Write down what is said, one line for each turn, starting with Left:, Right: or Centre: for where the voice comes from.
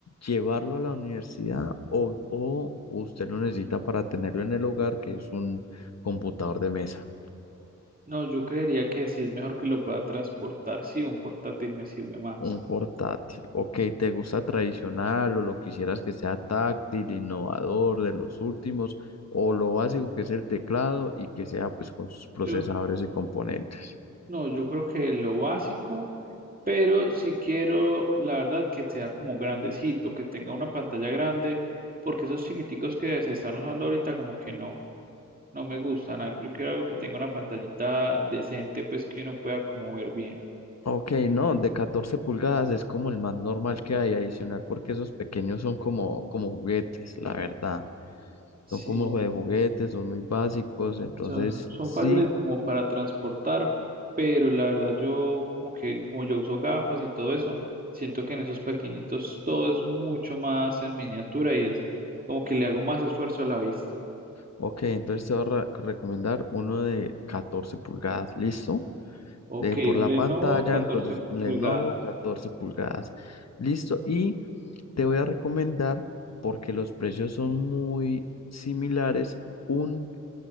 Left: llevarlo a la universidad o, o usted lo necesita para tenerlo en el hogar, que es un computador de mesa.
Right: no, yo creería que sí es mejor que lo pueda transportar, sí, un portátil me sirve más.
Left: Un portátil. Ok, ¿te gusta tradicional o lo quisieras que sea táctil, innovador, de los últimos, o lo básico que es el teclado y que sea pues con sus procesadores
Right: Yo,
Left: y componentes?
Right: no, yo creo que lo básico, pero si quiero, la verdad, que sea como grandecito, que tenga una pantalla grande, porque esos chiquiticos que se están usando ahorita como que no. no me gustan. al- Yo quiero algo que tenga una pantallita decente, pues que uno pueda como ver bien.
Left: Ok, no, de 14 pulgadas es como el más normal que hay adicional porque esos pequeños son como, como juguetes, la verdad.
Right: Sí,
Left: Son como de juguetes, son muy básicos, entonces
Right: Son, son
Left: sí.
Right: fáciles como para transportar, pero la verdad yo como que como yo uso gafas y todo eso, siento que en esos pequeñitos todo es mucho más en miniatura y es como que le hago más esfuerzo a la vista.
Left: Ok, entonces te voy a re- recomendar uno de 14 pulgadas, ¿listo?
Right: Ok,
Left: de por
Right: un
Left: la
Right: Mm, Lenovo
Left: pantalla,
Right: 14
Left: entonces Lenovo
Right: pulgadas.
Left: 14 pulgadas. Listo, y te voy a recomendar, porque los precios son muy similares, un